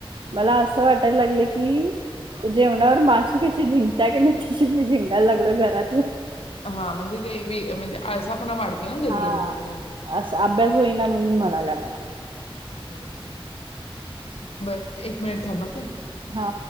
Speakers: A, on the right (about 60°); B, on the left (about 85°).
A: मला असं वाटायला लागले की जेवणावर माशी कशी झिंकत्या कणी तशी मी झिंगायला लागलो घरात
B: हा म्हणजे देवी म्हणजे आज पुन्हा आपण वाढतोय ना कधी
A: हा.
B: कधी जरा
A: असं अभ्यास होईना म्हणून म्हणाल्या मला.
B: बरोबर बर एक मिनिट थांबा काय?
A: हा